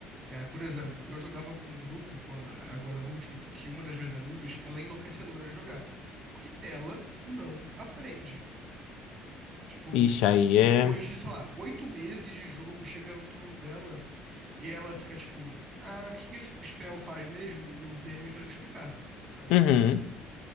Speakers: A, on the right; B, on the left.
A: é, por exemplo, eu jogava com um grupo, com a- agora no último, que uma das minhas amigas, ela é enlouquecedora de jogar. Porque ela não aprende. Tipo,
B: Ixi, aí
A: depois
B: é...
A: de, sei lá, oito meses de jogo, chega no turno dela e ela fica tipo, ah, o que que esse spell faz mesmo? E o DM tendo que explicar, sabe?
B: Uhum,